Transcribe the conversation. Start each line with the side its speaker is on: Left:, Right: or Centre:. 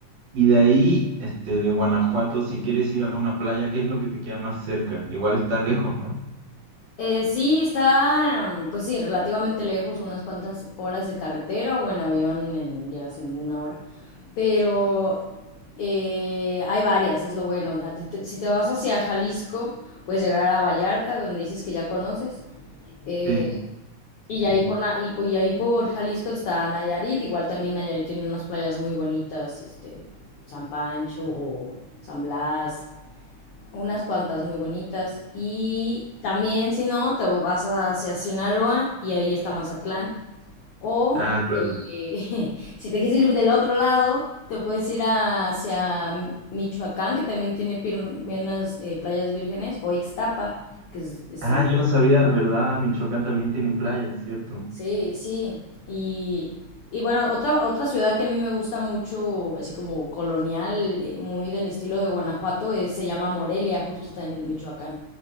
Right: y de ahí, este, de Guanajuato, si quieres ir a una playa, ¿qué es lo que te queda más cerca? Igual está lejos, ¿no?
Left: Eh, sí, está, mm, pues sí, relativamente lejos, unas cuantas horas de carretera o en avión en- llegas en una hora, pero eh, hay varias, es lo bueno. O sea, te- te- si te vas hacia Jalisco, puedes llegar a Vallarta, donde dices que ya conoces, eh,
Right: Sí,
Left: y
Right: sí.
Left: ahí por, Na- y, po- y ahí por Jalisco está Nayarit, igual también Nayarit tiene unas playas muy bonitas, este, San Pancho o San Blas, unas cuantas muy bonitas. Y también, si no, te vas hacia Sinaloa y ahí está Mazatlán. O
Right: Ah, claro.
Left: eh, <laughs> si te quieres ir del otro lado, te puedes ir hacia Michoacán, que también tiene unas eh, playas vírgenes, o Ixtapa, que es, es
Right: Ah,
Left: en...
Right: yo no sabía, ¿verdad? Michoacán también tiene playas, ¿cierto?
Left: Sí, sí. Y, y bueno, otra, otra ciudad que a mí me gusta mucho, así como colonial, eh, muy del estilo de Guanajuato, es- se llama Morelia, justo está en Michoacán.